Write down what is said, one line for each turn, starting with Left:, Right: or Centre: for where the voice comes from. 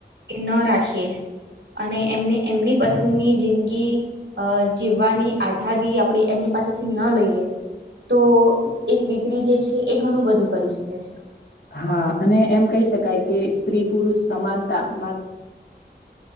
Right: એ ન રાખીએ અને એમને એમની પસંદની જિંદગી અ જીવવાની આઝાદી આપણી એમની પાસેથી ન લઈએ. તો એક દીકરી જે છે એ ઘણું બધું કરી શકે છે.
Left: હા અને એમ કહી શકાય કે સ્ત્રી પુરુષ સમાનતામાં